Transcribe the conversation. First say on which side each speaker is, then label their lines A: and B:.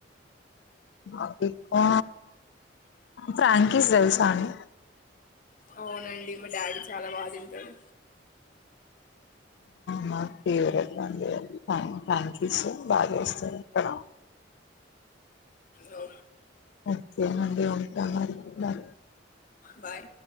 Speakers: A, on the left; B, on the left.
A: నాకు ఎక్కువ ఫ్రాంకీస్ తెలుసా అండి
B: అవునండి మా డాడీ చాలా బాగా తింటడు
A: నా ఫేవరెట్ అండి అది ఫ్రాన్కిష్ బాగా చేస్తరా ఇక్కడ <inaudible>
B: ఓ
A: ఒకే అండి ఉంటా మరి బాయ్
B: బాయ్